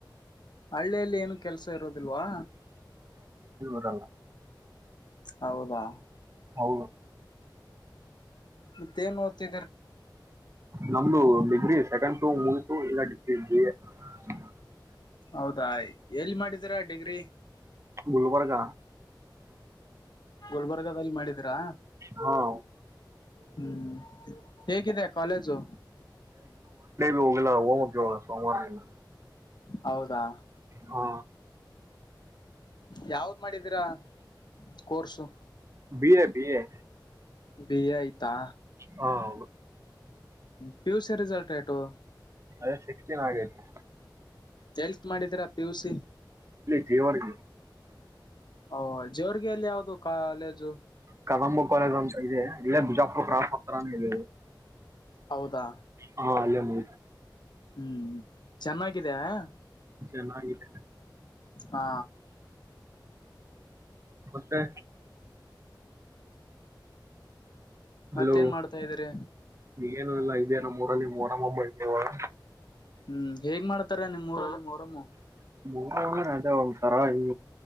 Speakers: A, on the left (about 65°); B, on the right (about 35°).
A: ಹಳ್ಳಿಯಲ್ಲಿ ಏನು ಕೆಲ್ಸ ಇರೋದಿಲ್ವಾ?
B: ಸಿಗಲ್ಲ.
A: ಹೌದಾ.
B: ಹೌದು.
A: ಮತ್ತೇ ಏನ್ ಓದ್ತಿ
B: ನಮ್ದು ಡಿಗ್ರಿ ಸೆಕೆಂಡ್ ಪಿಯು ಮೂಗಿತು ಬಿ ಎಡ್ ಹಚ್ಚಿನಿ ಬಿ ಎ. <unintelligible>
A: ಹೌದಾ ಎಲ್ಲಿ ಮಾಡಿದೀರಾ ಡಿಗ್ರಿ
B: ಗುಲ್ಬರ್ಗ
A: ಗುಲ್ಬರ್ಗದಲ್ಲಿ ಮಾಡಿದಿರಾ?
B: ಹಾ
A: ಹ್ಮ್ ಹೇಗಿದೆ ಕಾಲೇಜು?
B: ಹೋಗಿಲ್ಲಾ ಹೋಗಬಕ್ ಇವಾಗ ಸೋಮವಾರ ದಿನ
A: ಹೌದಾ
B: ಹಾ
A: ಯಾವ್ದ್ ಮಾಡಿದೀರಾ course
B: B A B A
A: B ಆ ಐ ತಾ
B: ಹಾ ಹೌದು
A: ಪಿ ಯು ಸಿ ರಿಸಲ್ಟ್ ಎಟು?
B: ಅದೇ ಸಿಕ್ಸ್ಟೀನ್ ಆಗೈತೆ
A: ಕೇಳ್ ಮಾಡಿದೀರಾ ಪಿ ಯು ಸಿ.
B: ಡಿವಾಡಿ ಲಿ.
A: ಓ ಜೋರ್ಗೆಲ್ಲಿ ಯಾವ್ದ ಕಾಲೇಜು?
B: ಕದಂಬ ಕಾಲೇಜ್ ಅಂತ ಇದೆ ಇಲ್ಲೇ ಬಿಜಾಪುರ <unintelligible>
A: ಹೌದಾ
B: <unintelligible> ಹಾ ಅಲ್ಲೆ ಮೇ
A: ಹ್ಮ್ ಚೆನ್ನಾಗಿದೆಯಾ
B: ಚೆನ್ನಾಗಿದೆ
A: ಹಾ.
B: ಮತ್ತೆ
A: ಮತ್ತೇನ್
B: ಹಲೋ
A: ಮಾಡ್ತಾ ಇದೀರಿ
B: ಏನು ಇಲ್ಲ ದೆ ನಮ್ಮೂರಲ್ಲಿ ಮೊರಂ ಹಬ್ಬ ಐತ್ ಇವಾಗ.
A: ಹ್ಮ್ ಹೇಗ್ ಮಾಡ್ತಾರ ನಿಮ್ಮ್ ಊರ್ ಮೋರಮ್ಮು
B: <unintelligible> ಅದೇ ಒಂಥರ ಈ